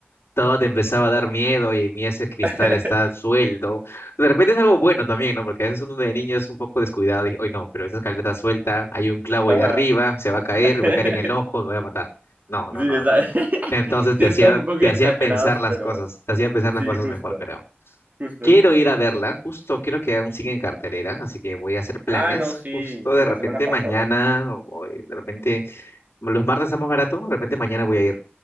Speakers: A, on the left (about 85°); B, on the right (about 40°).
A: todo te empezaba a dar miedo y mi ese cristal
B: <laughs>
A: está suelto. De repente es algo bueno también, ¿no? Porque a veces uno de niño es un poco descuidado y, hoy no, pero esa escalera está suelta, hay un clavo
B: Ajá.
A: ahí arriba, se va a caer,
B: <laughs>
A: me va a caer en el ojo, me voy a matar. No,
B: Sí,
A: no, no,
B: esa-
A: no. no.
B: <laughs>
A: Entonces te
B: sí
A: hacía,
B: están un poco
A: te
B: exageradas,
A: hacía pensar las
B: pero
A: cosas, te hacía pensar las
B: sí,
A: cosas
B: justo,
A: mejor, creo.
B: justo,
A: Quiero
B: justo.
A: ir a verla, justo creo que aún sigue en cartelera, así que voy a hacer planes,
B: Ah, no, sí,
A: justo
B: sí,
A: de
B: la
A: repente
B: semana pasada.
A: mañana, o o de repente, los martes está más barato, de repente mañana voy a ir,